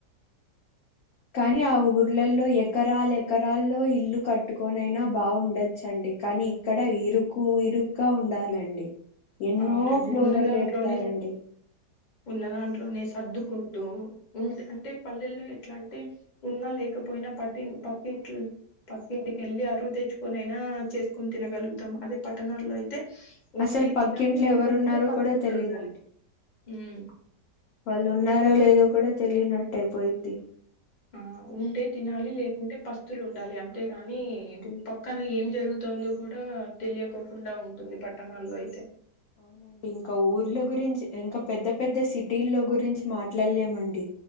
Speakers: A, on the left; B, on the left.
A: కానీ ఆ ఊర్లలో ఎకరాలు ఎకరాల్లో ఇల్లు కట్టుకొనైనా బావుండొచ్చండి కానీ ఇక్కడ ఇరుకు ఇరుకుగా ఉండాలండి ఎన్నో
B: అవునండి
A: ఫ్లోర్లు
B: ఉన్న దాంట్లోనే
A: లేపుతారండి
B: ఉన్న దాంట్లోనే సర్దుకుంటూ ఉంట్ అంటే పల్లెల్లో ఎట్లా అంటే ఉన్నా లేకపోయినా పట్టి పట్టింట్లు పక్కింటికెళ్ళి అరువు తెచ్చుకొని ఐనా చేసుకొని తినగలుగుతాం అదే పట్టణాల్లో అయితే ఉంటే
A: అసల్ పక్కింట్లో
B: తినాలి లేకపోతే
A: ఎవరు ఉన్నారో
B: పక్షులు
A: కూడా తెలిదండి
B: ఉండాలి ఉమ్,
A: వాళ్ళు ఉన్నారో
B: ఉంటే
A: లేదో కూడా తెలియనట్టయియిపోయింది
B: ఆ ఉంటే తినాలి లేకుంటే పస్తులుండాలి అంతేగాని
A: అవునండి
B: పప్ ప లిక్కన ఏం జరుగుతుందో కూడా తెలియకోకుండా ఉంటుంది పట్టణాల్లో అయితే
A: అవునండి ఇంకా ఊర్ల గురించి ఇంకా పెద్ద పెద్ద సిటీల్లో గురించి మాట్లాడలేమండి